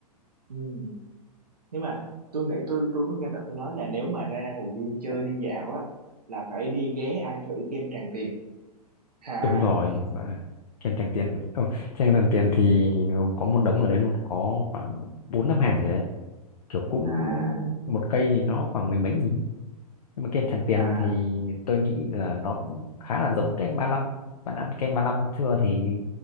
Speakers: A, on the right; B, on the left.
A: Ừ. Nhưng mà tôi nghĩ tôi tôi có nghe bạn tôi nói là nếu mà ra Hồ Gươm chơi đi dạo á là phải đi ghé ăn thử kem Tràng Tiền. À,
B: đúng rồi và kem Tràng Tiền ừ, kem Tràng Tiền thì có một đống ở đấy luôn có khoảng bốn năm hàng gì đấy kiểu cũng
A: à,
B: một cây thì nó khoảng mười mấy nghìn nhưng mà kem Tràng Tiền
A: à,
B: thì tôi nghĩ là nó cũng khá là giống kem ba lăm bạn ăn kem ba lăm chưa thì